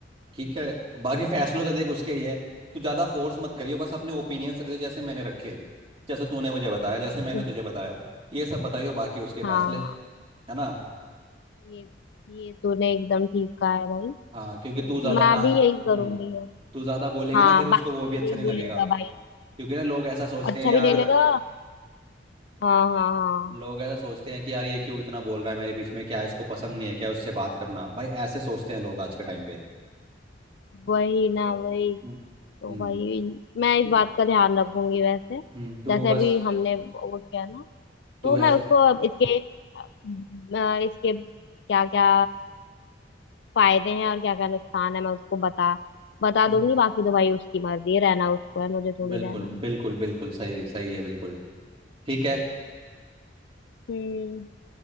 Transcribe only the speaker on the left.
हम्म
तो-
हाँ
ये ये तूने एकदम ठीक कहा है भाई
तो
मैं
भी
यही करूंगी
हाँ
बाप
मुझे
ही
बोलेगा
भाई
अच्छा
भी नहीं लगा हाँ हाँ हाँ
वही ना वही
तो
भाई मैं इस
बात का ध्यान रखूंगी वैसे
जैसे
अभी हमने वो किया ना
तो
मैं उसको अब इसके अ, इसके क्या क्या फायदे हैं और क्या क्या नुकसान है मैं उसको बता बता
दूंगी बाकी तो भाई उसकी मर्जी है रहना उसको है मुझे थोड़ी
रहना है
हम्म